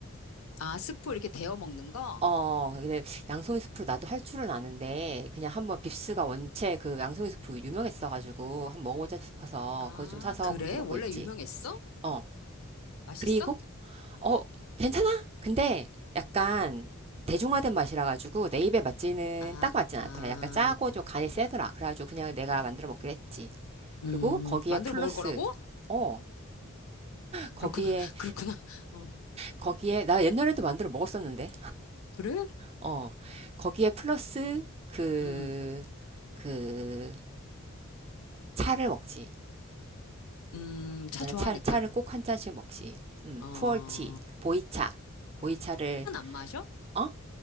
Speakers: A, on the left; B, on the right.
A: 아, 스프 이렇게 데워 먹는 거?
B: 어, 근데 양송이 스프를 나도 할 줄은 아는데, 그냥 한번 빕스가 원체 그 양송이 스프 유명했어가지고, 한번 먹어보자 싶어서,
A: 아,
B: 그거 좀 사서
A: 그래?
B: 그렇게 먹고
A: 원래
B: 있지.
A: 유명했어?
B: 어.
A: 맛있어?
B: 그리고, 어, 괜찮아? 근데 약간 대중화된
A: 음.
B: 맛이라가지고, 내 입에 맞지는,
A: 아,
B: 딱 맞진 않더라.
A: 아.
B: 약간 짜고 좀 간이 세더라. 그래가지고 그냥 내가 만들어 먹기로 했지.
A: 음,
B: 그리고 거기에
A: 만들어
B: 플러스,
A: 먹을 거라고?
B: 어, 거기에,
A: 그렇구나, <laughs> 그렇구나. 어,
B: 거기에, 나 옛날에도 만들어 먹었었는데.
A: 그래?
B: 어, 거기에 플러스 그,
A: 음,
B: 그, 차를 먹지.
A: 음, 차
B: 나는
A: 좋아하니까.
B: 차, 차를 꼭 한 잔씩 먹지. 음,
A: 어,
B: 푸얼티, 보이차. 보이차를,
A: 커피는 안 마셔?
B: 어?